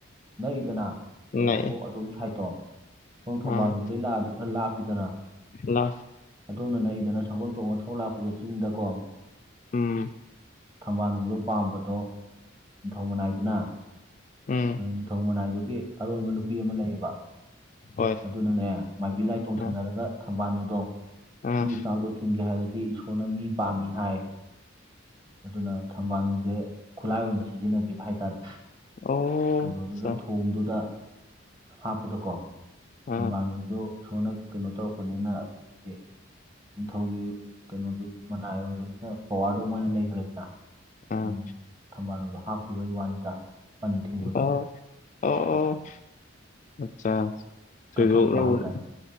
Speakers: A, on the right; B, on the left.
A: ꯅꯛꯏꯗꯅ
B: ꯅꯛꯑꯦ
A: ꯌꯥꯏꯔꯤꯄꯣꯛ ꯑꯗꯨꯝ ꯁꯥꯏꯠꯇꯣ ꯁꯣꯝ ꯊꯧꯕꯥꯜ
B: ꯑꯥ
A: ꯂꯣꯝꯗꯒꯤ ꯂꯥꯛꯑꯗꯤ ꯈꯔ ꯂꯥꯞꯄꯤꯗꯅ
B: ꯂꯥ
A: ꯑꯗꯣꯝꯅ ꯅꯛꯏꯗꯅ ꯁꯒꯣꯜ ꯇꯣꯡꯉ ꯊꯧꯔ ꯂꯥꯛꯄꯗꯣ ꯆꯤꯡꯗꯀꯣ
B: ꯎꯝ
A: ꯊꯝꯕꯥꯜꯅꯨꯗꯣ ꯄꯥꯝꯕꯗꯣ ꯅꯤꯡꯊꯧ ꯃꯅꯥꯏꯗꯨꯅ
B: ꯎꯝ
A: ꯅꯤꯡꯊꯧ ꯃꯅꯥꯏꯗꯨꯒꯤ ꯑꯔꯣꯟꯕ ꯅꯨꯄꯤ ꯑꯃ ꯂꯩꯌꯦꯕ
B: ꯍꯣꯏ
A: ꯑꯗꯨꯅꯅꯦ ꯃꯥꯏꯕꯤ ꯂꯥꯏ ꯇꯣꯡꯁꯟꯅꯔꯒ
B: ꯑꯥ
A: ꯊꯝꯕꯥꯜꯅꯨꯗꯣ
B: ꯑꯥ
A: ꯏꯁꯤꯡ ꯏꯆꯥꯎꯗꯣ ꯊꯤꯡꯒꯦ ꯍꯥꯏꯔꯗꯤ ꯏꯁꯣꯔꯅ ꯃꯤ ꯄꯥꯝꯃꯤ ꯍꯥꯏ ꯑꯗꯨꯅ ꯊꯝꯕꯥꯜꯅꯨꯁꯦ ꯈꯨꯠꯂꯥꯏ ꯑꯣꯏꯅ ꯁꯤꯖꯤꯟꯅꯈꯤꯕ ꯍꯥꯏꯇꯥꯔꯦ
B: ꯑꯣ
A: ꯀꯩꯅꯣꯗꯨꯗ
B: ꯑꯆꯥ
A: ꯊꯣꯡꯗꯨꯗ ꯍꯥꯞꯄꯗꯀꯣ ꯊꯝꯕꯥꯜꯅꯨꯁꯨ
B: ꯑꯥ
A: ꯏꯁꯣꯔꯅ ꯀꯩꯅꯣ ꯇꯧꯔꯛꯄꯅꯤꯅ ꯑꯗꯨꯗꯤ ꯅꯤꯡꯊꯧꯒꯤ ꯀꯩꯅꯣꯗꯨ ꯃꯅꯥꯏ ꯑꯣꯏꯕꯅꯤꯅ ꯄꯋꯔꯗꯨ ꯃꯣꯏꯅ ꯂꯩꯈ꯭ꯔꯦꯗꯅ
B: ꯑꯥ
A: ꯑꯗꯨꯅ ꯊꯝꯕꯥꯜꯅꯨꯗꯣ ꯍꯥꯞꯈꯤꯕꯒꯤ ꯋꯥꯅꯤꯗ ꯄꯟ ꯊꯤꯡꯕꯗ
B: ꯑꯣ ꯑꯣ ꯑꯣ ꯑꯆꯥ
A: ꯀꯠꯊꯣꯛꯄ
B: <unintelligible>
A: ꯍꯥꯏ ꯇꯥꯔꯦ